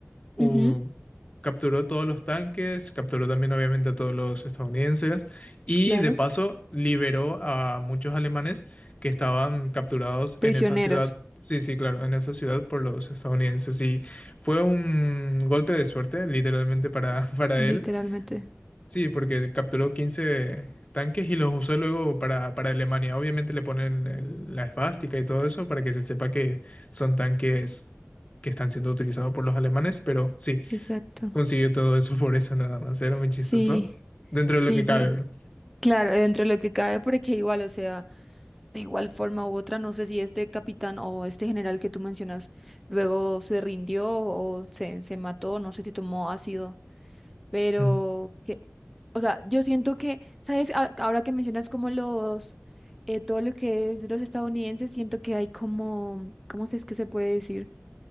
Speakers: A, on the left; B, in the centre.
A: u-
B: Ujú,
A: capturó todos los tanques, capturó también obviamente a todos los estadounidenses y
B: claro,
A: de paso liberó a muchos alemanes que estaban capturados
B: prisioneros,
A: en esa ciudad. Sí, sí, claro, en esa ciudad por los estadounidenses. Y fue un golpe de suerte, literalmente, para, <laughs> para
B: Literalmente.
A: él. Sí, porque capturó 15 tanques y los usó luego para, para Alemania. Obviamente le ponen el- la esvástica y todo eso para que se sepa que son tanques que están siendo utilizados por los alemanes, pero sí,
B: Exacto.
A: consiguió todo eso por eso nada más. Era muy chistoso.
B: Sí,
A: Dentro
B: sí,
A: de lo que
B: sí.
A: cabe, ¿verdad?
B: Claro, dentro de lo que cabe, porque igual, o sea, de igual forma u otra, no sé si este capitán o este general que tú mencionas luego se rindió o se, se mató, no sé si tomó ácido, pero
A: Mm.
B: que, o sea, yo siento que, ¿sabes? A- Ahora que mencionas como los, eh, todo lo que es de los estadounidenses, siento que hay como, ¿cómo se es que se puede decir?